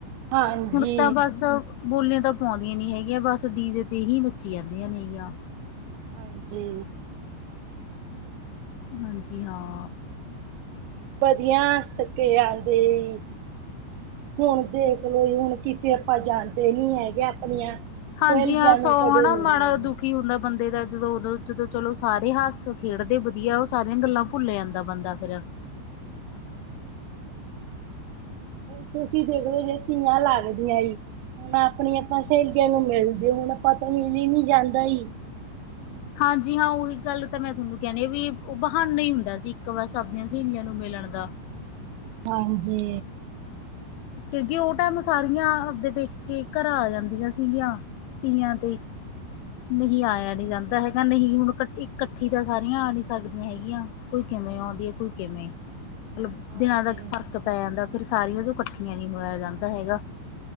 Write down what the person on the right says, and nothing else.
ਹਾਂਜੀ
ਹਾਂਜੀ
ਵਧੀਆ <unintelligible> ਹੁਣ ਦੇਖ ਲੋ ਹੁਣ ਕਿਤੇ ਆਪਾਂ ਜਾਂਦੇ ਨੀ ਹੈਗੇ ਆਪਣੀਆਂ
ਸਹੇਲੀਆਂ
ਨੂੰ
ਕਦੇ
ਮਿਲਦੇ
ਨੀ
ਹੁਣ ਤੁਸੀਂ ਦੇਖਲੋ ਤੀਆਂ ਲੱਗਦੀਆਂ ਜੀ। ਹੁਣ ਆਪਣੀਆਂ ਆਪਾਂ ਸਹੇਲੀਆਂ ਨੂੰ ਮਿਲਦੇ ਹੁਣ ਆਪਾਂ ਤੋਂ ਮਿਲ ਲੀ ਨੀ ਜਾਂਦਾ ਈ।
ਹਾਂਜੀ
ਹਾਂਜੀ,
ਹਾਂਜੀ,